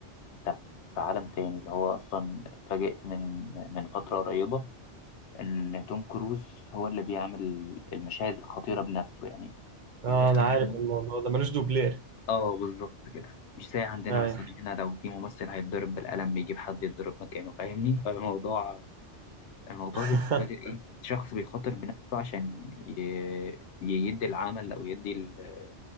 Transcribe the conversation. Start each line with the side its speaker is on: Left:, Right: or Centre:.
Left: انت في عالم تاني اللي هو اصلا اتفاجئت من من فتره قريبه ان توم كروز هو اللي بيعمل المشاهد الخطيره بنفسه يعني
Right: اه
Left: مش زي عندنا
Right: انا عارف الموضوع ده ملوش دوبلير
Left: اه بالظبط كده مش زي عندنا
Right: ايوه
Left: مثلا هنا لو في ممثل هيتضرب بالقلم بيجيب حد يتضرب مكانه فاهمني فالموضوع الموضوع
Right: <laughs>
Left: بالنسبة لي إيه شخص بيخاطر بنفسه عشان ي... ي- يدي العمل أو يدي ال-